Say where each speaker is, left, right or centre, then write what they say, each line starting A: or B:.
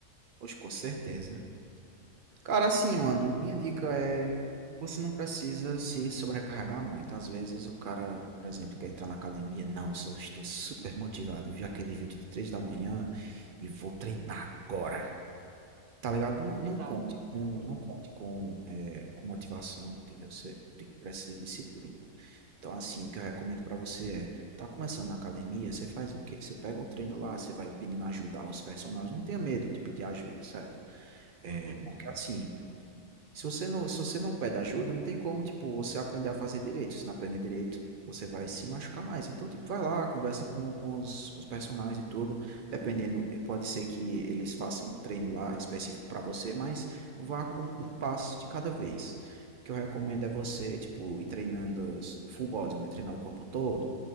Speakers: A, on the right (about 75°); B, on the right (about 60°).
A: Poxa, com certeza. Cara, assim, mano, minha dica é. Você não precisa se sobrecarregar muito. Às vezes o cara, por exemplo, quer entrar na academia. Não, eu só estou super motivado. Vi aquele vídeo de três da manhã e vou treinar agora. Tá ligado? Não, não
B: Exato,
A: conte com,
B: sim.
A: não conte com, eh, com motivação, entendeu? Você tem que precisar de disciplina. Então, assim, o que eu recomendo pra você é, tá começando na academia, você faz o quê? Você pega o treino lá, você vai pedindo ajuda aos personagens, não tenha medo de pedir ajuda, certo? É,
B: Uhum,
A: porque assim, se você não, se você não pede ajuda, não tem como, tipo, você aprender a fazer direito. Se não aprender direito, você vai se machucar mais. Então, tipo, vai lá, conversa com, com os, com os personagens e tudo. Dependendo, eh, pode ser que eles façam um treino lá específico pra você, mas vá com um passo de cada vez. O que eu recomendo é você, tipo, ir treinando os- o full body, né? Treinar o corpo todo,